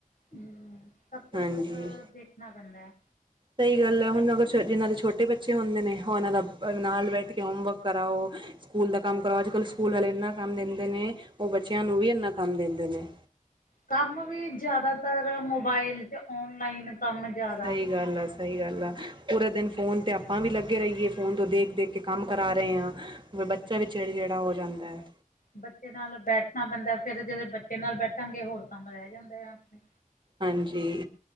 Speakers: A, on the left; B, on the right.
A: ਹਮ, ਸਭ ਕੁਛ
B: ਹਾਂਜੀ
A: ਤਾਂ ਦੇਖਣਾ ਪੈਂਦਾ ਹੈ।
B: ਸਹੀ ਗੱਲ ਹੈ ਹੁਣ ਅਗਰ ਜਿਹਨਾਂ ਦੇ ਛੋਟੇ ਬੱਚੇ ਹੁੰਦੇ ਨੇ, ਉਹ ਉਹਨਾਂ ਦਾ ਨਾਲ ਬੈਠ ਕੇ ਹੋਮਵਰਕ ਕਰਾਓ। ਸਕੂਲ ਦਾ ਕੰਮ ਕਰੋ ਅੱਜ ਕੱਲ੍ਹ ਸਕੂਲ ਵਾਲੇ ਇੰਨਾ ਕੰਮ ਦਿੰਦੇ ਨੇ, ਉਹ ਬੱਚਿਆਂ ਨੂੰ ਵੀ ਇੰਨਾ ਕੰਮ ਦਿੰਦੇ ਨੇ
A: ਕੰਮ ਵੀ ਜ਼ਿਆਦਾਤਰ ਮੋਬਾਇਲ ਅਤੇ ਔਨਲਾਈਨ, ਕੰਮ ਜਾ
B: ਸਹੀ ਗੱਲ ਆ, ਸਹੀ ਗੱਲ ਆ ਪੂਰਾ ਦਿਨ ਫੋਨ ਤਾਂ ਆਪਾਂ ਵੀ ਲੱਗੇ ਰਹੀਏ, ਫੋਨ ਤੋਂ ਦੇਖ ਦੇਖ ਕੇ ਕੰਮ ਕਰਾ ਰਹੇ ਹਾਂ। ਬੱਚਾ ਵੀੇ ਚਿੜਚਿੜਾ ਹੋ ਜਾਂਦਾ ਹੈ।
A: ਬੱਚੇ ਨਾਲ ਬੈਠਣਾ ਪੈਂਦਾ ਫੇਿਰ ਜਦੋਂ ਬੱਚੇ ਨਾਲ ਬੈਠਾਂਗੇ, ਹੋਰ ਕੰਮ ਰਹਿ ਜਾਂਦਾ ਆ ਆਪਣੇ
B: ਹਾਂਜੀ